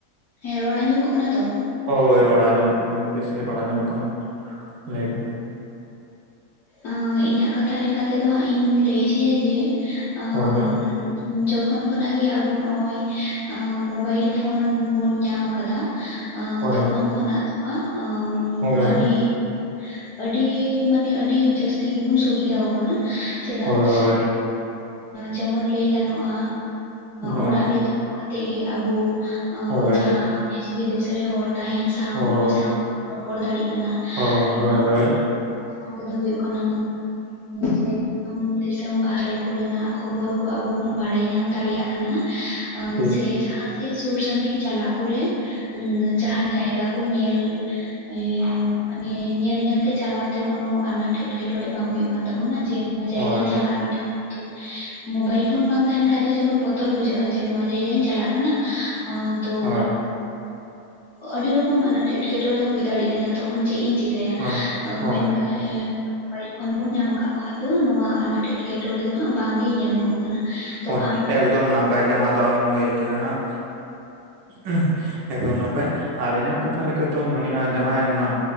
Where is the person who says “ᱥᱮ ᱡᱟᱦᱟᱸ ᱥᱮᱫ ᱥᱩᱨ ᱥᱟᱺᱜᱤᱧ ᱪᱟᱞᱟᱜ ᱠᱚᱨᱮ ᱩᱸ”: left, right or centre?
Left